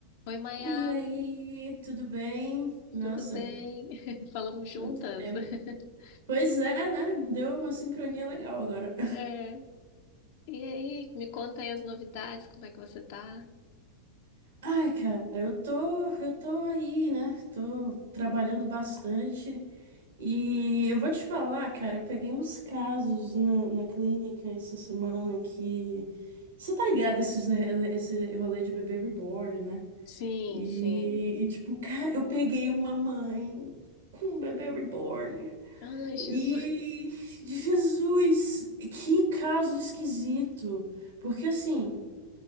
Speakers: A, on the left; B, on the right.
A: Oi, Maia,
B: E aí, tudo bem? Nossa,
A: tudo bem? <laughs> Falamos juntas?
B: quanto tempo.
A: <laughs>
B: Pois é, né? Deu uma sincronia legal agora.
A: É. E aí, me conta aí as novidades, como é que você tá?
B: <laughs> Ai, cara, eu tô, eu tô aí, né? Tô trabalhando bastante. E eu vou te falar, cara, eu peguei uns casos na, na clínica essa semana que. Você tá ligado esses, né, esse rolê de bebê reborn, né?
A: Sim,
B: E,
A: sim.
B: e, tipo, cara, eu peguei uma mãe com um bebê reborn.
A: Ai, Jesus.
B: E Jesus, que caso esquisito. Porque assim,